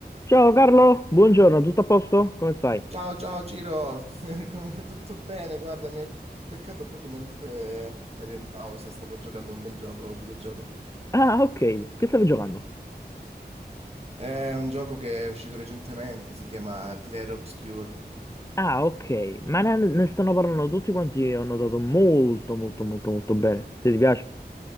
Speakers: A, on the left; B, on the right.
A: Ciao Carlo, buongiorno, tutto a posto? Come stai?
B: Ciao, ciao Ciro, <laughs> Come- tutto bene? Guarda, mi hai beccato proprio mentre ero in pausa, stavo giocando a un bel gioco, videogioco.
A: Ah, ok, che stavi giocando?
B: È un gioco che è uscito recentemente, si chiama Clair Obscure.
A: Ah, ok, ma ne, ne stanno parlando tutti quanti, ho notato molto, molto, molto, molto bene. Ti piace?